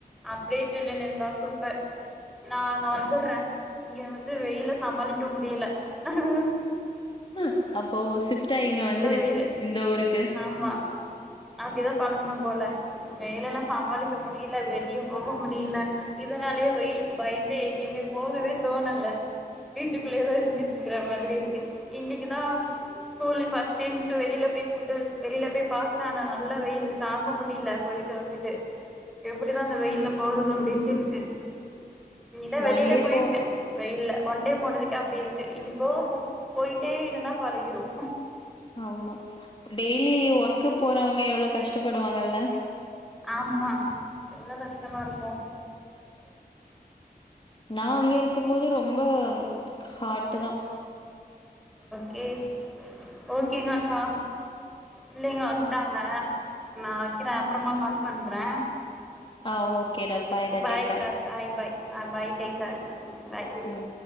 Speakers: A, in the centre; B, on the left (about 35°).
A: அப்டியே ஜில்லுனு த சூப்பர் நா அங்க வந்த்ர்ர இங்க வந்து வெயில சமாளிக்க முடியல ஆஹ்
B: ஹ அப்போ சிப்ட் ஆயி இங்க வந்துரு
A: வெயிலு
B: இந்த ஊருக்கு
A: ஆமா அப்டிதா பண்ணணு போல வேலைலாம் சமாளிக்க முடியல வே வெளிய போக முடியல இதனாலயே வெயிலுக்கு பயந்தே எங்கேயுமே போகவே தோணல வீட்டுக்குள்ளயே தா இருந்துட்டு இருக்குற மாதிரி இருக்கு இன்னைக்குதா ஸ்கூல் ஃபர்ஸ்ட் டே ன்ட்டு வெளியில போய் கூட்டு வெளியில போய் பாக்குறான் ஆனா நல்லா வெயிலு‌ தாங்க முடில போயிட்டு வந்துட்டு எப் எப்படிதா இந்த வெயில்ல போறது அப்படின்ட்டு <unintelligible> இனிதான் வெளில
B: ஒன் டே
A: போயிருக்கேன்
B: போ
A: வெயில ஒண் டே போனதுக்கே அப்படி இருக்கு இனி போக போ போய் தே இருந்தா பழகிரும்
B: ஆமா டெய்லி ஒர்க்‌ போறவங்க எவ்ளோ கஷ் டப்படுவாங்கல
A: ஆமா எவ்ளோ கஷ்டமா இருக்கும்
B: நா அங்க இருக்கும் போது ரொம்ப ஹாட்டு தா
A: கே ஓகேங்க அக்கா இல்லைங்க வந்டாங்க நா வைக்கிறே அப்புறமா கால் பன்றே
B: ஆ ஓகேடா பாய்டா
A: பாய்
B: டேக் கேர்
A: கா பாய் பாய் ஆஹ் பாய் டேக் கர் பாய்
B: ம்